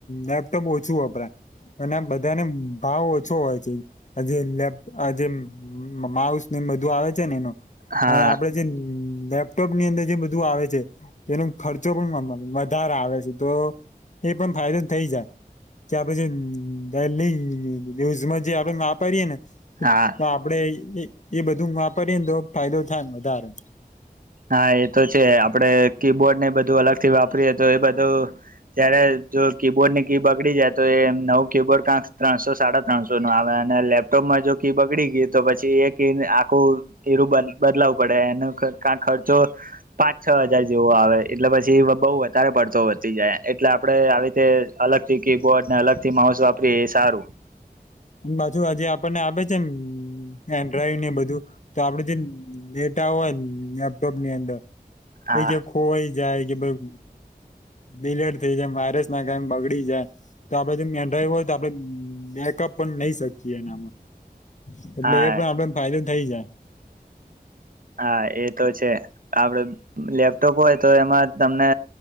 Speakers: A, on the left; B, on the right.
A: લેપટોપ ઓછું વપરા અને આ બધાને ભાવ ઓછો હોય છે આ જે લેપટોપ આ જેમ માઉસ ને એમ બધું આવે છે ને એનો
B: હા
A: અને આપડે જે લેપટોપની અંદર જે બધું આવે છે તેનો ખર્ચો પણ વધારે આવે છે તો એ પણ ફાયદો થઇ જાય. કે આપડે જે દહેલી યુઝમાં જે આપડે વાપરીએેને
B: હા
A: તો આપડે એ બધું વાપરીએને તો ફાયદો થાય વધારે
B: હા એ તો છે આપડે કીબોર્ડ ને બધું અલગ થી વાપરીએ તો એ બધું જયારે જો કીબોર્ડ ની કી બગડી જાય તો એ નવું કીબોર્ડ કં ત્રણસો સાડા ત્રણસો ના આલે ને લેફ્ટ ટોપ માં જો કે બગડી ગઈ તો પછી એક આખું એરું બદલાવું પડે એનું ખર્ચો પાંચ છ હજાર જેવો આવે એટલે પછી બહુ વધારે પડતો વધતી જાય એટલે આપડે આવી રીતે અલગથી કીબોર્ડ ને અલગ થી માઉસ વાપરીએ એ સારું
A: પાછું હવે આપણને આવે છે પેન્ડ્રાઈવ ને બધું તો આપડે જે ડેટા હોય ને લેપટોપ ની અંદર
B: હા
A: એ જે ખોવાઈ જાય કે ભાઈ ડિલેટ થઈ જાય માયરસ ના કાયમ બગડી જાય તો આપડે પેન્ડ્રાઈવ હોય તો આપડે બેકઅપ પણ નહી શકીએ એનામાં એટલે
B: હા
A: એ પણ આપડેને ફાયદો થઈ જાય.
B: હા એ તો છે આપડ લેપટોપ હોય તો એમાં તમને